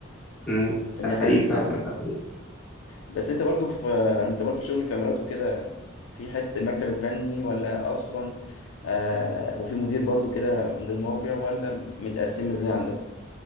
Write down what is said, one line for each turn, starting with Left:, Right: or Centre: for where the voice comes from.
Centre: مم،
Left: فدي
Centre: ده حقيقي
Left: حاجه كويسه
Centre: فعلا
Left: يعني
Centre: ده
Left: بس انت برضو في انت برضو في شغل الكاميرات وكده في حته المكتب الفني ولا اصلا آه وفي مدير برضو كده مدير موقع ولا متقسم ازاي عندكم؟